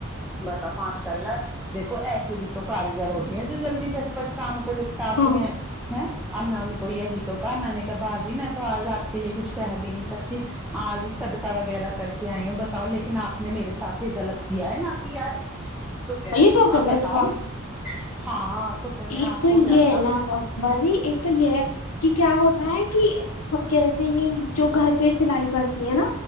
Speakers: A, in the centre; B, on the left.
A: بتاؤ ماشاءاللہ دیکھو ایسے بھی تو کاریگر ہوتے ہیں جو جلدی جٹ پٹ کام کو لپٹاتے
B: ہاں
A: ہیں ہے اب میں ان کو یہی تو کہا میں نے کہ باازی میں تو آج آپ کے لیے کچھ کہہ بھی نہیں سکتی آج صدقہ وغیرہ کر کے آئی ہوں بتاؤ لیکن آپ نے میرے ساتھ یہ غلط کیا ہے نہ کیا ہے تو کہہ رہی
B: یہ تو
A: اب
B: غلط
A: بتاؤ
B: بات
A: میں ہاں تو پھر میں
B: ایک
A: آپ
B: تو
A: کو
B: یہ
A: کیا بتاؤں
B: ہے نا بازی ایک تو یہ ہے کہ کیا ہوتا ہے کہ جیسے یہ جو گھر پہ سلائی کرتی ہے نا